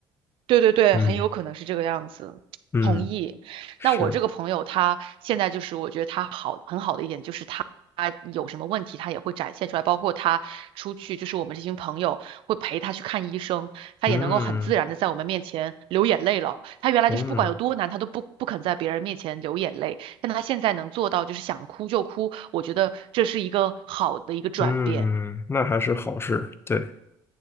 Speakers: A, on the right; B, on the left.
A: 对对对，
B: 嗯，
A: 很有可能是这个样子，
B: 嗯，
A: 同意。
B: 是，
A: 那我这个朋友他现在就是，我觉得他好很好的一点就是他有什么问题他也会展现出来，包括他出去就是我们这群朋友会陪他去看医生，他也能够很自然的在我们面前流眼泪了。
B: 嗯，
A: 他原来就是不管有多难，
B: 嗯，
A: 他都不不肯在别人面前流眼泪，但他现在能做到就是想哭就哭，我觉得这是一个好的一个转变。
B: 嗯，那还是好事，对，